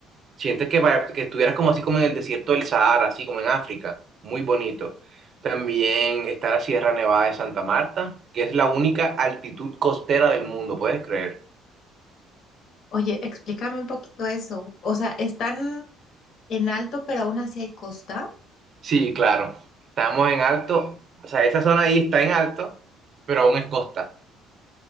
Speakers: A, on the right; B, on the left.
A: Sientes que, va- que estuvieras como así como en el desierto del Sahara, así como en África, muy bonito. También está la Sierra Nevada de Santa Marta, que es la única altitud costera del mundo, ¿puedes creer?
B: Oye, explícame un poquito eso, o sea, están en alto, pero aún así hay costa,
A: Sí, claro, estamos en alto, o sea, esa zona ahí está en alto, pero aún es costa.